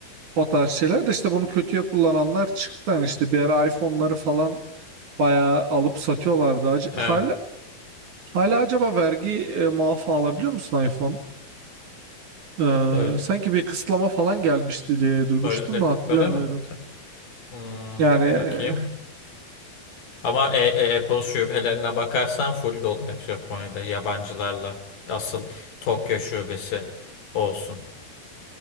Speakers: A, on the right; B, on the left.
A: o tarz şeyler de işte bunu kötüye kullananlar çıktı yani işte bir ara iPhone'ları falan bayağı alıp satıyorlardı Ac-
B: Evet.
A: hala hala acaba vergi e, muafı alabiliyor musun iPhone? Ee,
B: Öyle.
A: sanki bir kısıtlama falan gelmişti diye duymuştum
B: Öyle değil.
A: da hatırlamıyorum.
B: Öyle mi? Tak. Hmm,
A: Yani e,
B: bakayım. Ama e, e, Apple şubelerine bakarsan full dolu hep Japonya'da yabancılarla. Asıl Tokyo şubesi olsun.